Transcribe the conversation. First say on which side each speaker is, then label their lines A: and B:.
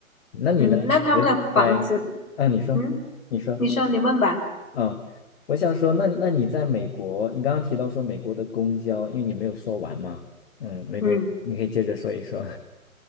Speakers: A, on the left; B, on the left.
A: 那你呢？
B: 嗯，那他们的房子，
A: 你觉得在啊？你说，
B: 嗯，
A: 你说，
B: 你说你问吧。
A: 嗯，我想说，那那你在美国，你刚刚提到说美国的公交，因为你没有说完嘛，嗯，美国的，
B: 嗯，
A: 你可以接着说一说。